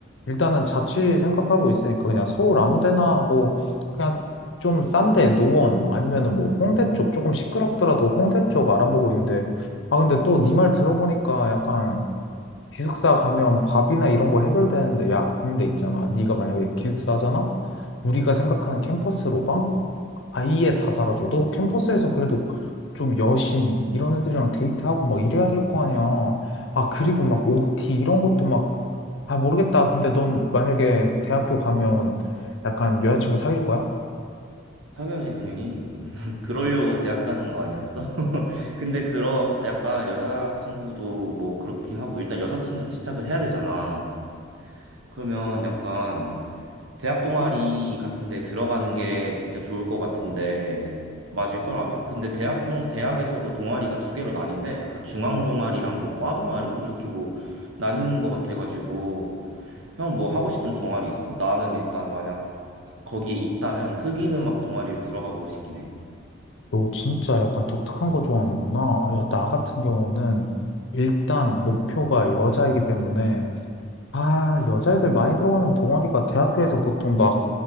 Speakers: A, on the left; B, on the right.
A: 일단은 자취 생각하고 있으니까 그냥 서울 아무 데나 뭐 그냥 좀 싼데 노원 아니면은 뭐 홍대 쪽 조금 시끄럽더라도 홍대 쪽 알아보고 있는데 아, 근데 또 네 말 들어보니까 약간 기숙사 가면 밥이나 이런 거 해결되는데 야, 근데 있잖아. 네가 만약에 기숙사잖아? 우리가 생각하는 캠퍼스 로방? 아예 다 사라져도 캠퍼스에서 그래도 좀 여신 이런 애들이랑 데이트하고 막 이래야 될 거 아니야. 아, 그리고 막 OT 이런 것도 막, 아, 모르겠다. 근데 넌 만약에 대학교 가면 약간 여자친구 사귈 거야?
B: 사귀어야지, 당연히. <laughs> 그러려고 대학 가는 거 아니었어? <laughs> 근데 그러, 그 약간 여자친구도 뭐 그렇긴 하고, 일단 여사친으로 시작을 해야 되잖아. 그러면 약간 대학 동아리 같은데 들어가는 게 진짜 좋을 것 같은데 맞을걸 아마? 근데 대학 동 대학에서도 동아리가 두 개로 나뉜데 약간 중앙 동아리랑 뭐 과 동아리 이렇게 뭐 나뉘는 것 같아가지고 형 뭐 하고 싶은 동아리 있어? 나는 일단 만약 거기에 있다면 흑인 음악 동아리를 들어가 보고 싶긴 해.
A: 너 진짜 약간 독특한 거 좋아하는구나. 야, 나 같은 경우는 일단 목표가 여자이기 때문에 아, 여자애들 많이 들어가는 동아리가 대학교에서 보통 막,